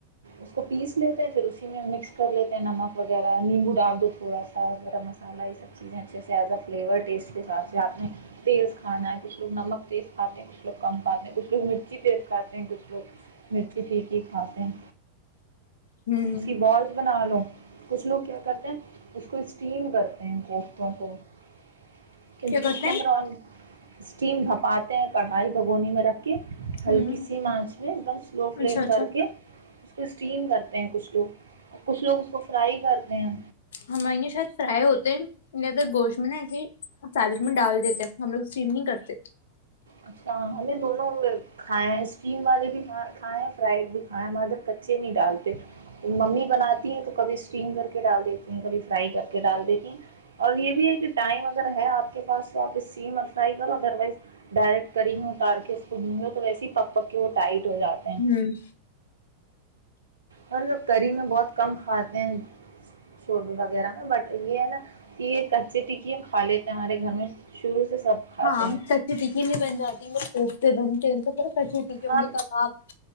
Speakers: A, on the right (about 70°); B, on the left (about 60°).
A: اس کو پیس لیتے ہیں پھر اسی میں مکس کر لیتے ہیں نمک وغیرہ نیمبو ڈال دو تھوڑا سا گرم مسالہ یہ سب چیزیں اچھے سے ایز اے فلیور ٹیسٹ کے حساب سے آپ نے تیز کھانا ہے کچھ لوگ نمک تیز کھاتے ہیں کچھ لوگ کم کھاتے ہیں کچھ لوگ مرچی تیز کھاتے ہیں کچھ لوگ مرچی ٹھیک ہی کھاتے ہیں
B: ہوں
A: اس کی بز بنا لو کچھ لوگ کیا کرتے ہیں اس کو اسٹیم کرتے ہیں ان کو رون کو <inaudible> کیونکہ
B: کیا کرتے
A: اس کے
B: ہیں
A: اندر اور اسٹیم بھپاتے ہیں کڑھائی بھگونی میں رکھ کے ہلکی
B: ہوں
A: سی مانچ میں ایک دم سلو فلیم
B: اچھا اچھا
A: کر کے اس کو اسٹیم کرتے ہیں کچھ لوگ کچھ لوگ اس کو فرائی کرتے ہیں
B: ہماں شاید فرائی ہوتے ہیں ن تو گوشت میں تجر میں ڈال دیتے ہیں پھر ہم لوگ سومنگ کرتے
A: اچھا ہمیں دونوں کھائے ہیں اسٹیم والے بھی کھائے ہیں فرائیڈ بھی کھائے مادر کچے نہیں ڈالتے ممی بناتی ہیں تو کبھی اسٹیم کر کے ڈال دیتی ہیں کبھی فرائی کر کے ڈال دیتی ہیں اور یہ بھی ہے کہ ٹائم اگر ہے آپ کے پاس تو آپ اسٹیم اور فرائی کرو ادر وائز ڈائریکٹ کری گ میں اتار کے اس میں تو ویسے پک پک کے وہ ٹائٹ ہو جاتے ہیں
B: ہوں
A: اور ل کری میں بہت کم کھاتے ہیں شوربے وغیرہ میں بٹ یہ ہے نا کہ یہ کچے ٹکی کھا لیتے ہیں ہمارے گھر میں شرو سے سب کھاتے
B: ہاں
A: ہیں
B: سچی تکی میں بن جاتی ل کووفتے بن ٹت چھیٹی کی ہوں
A: ہاں
B: گی کباب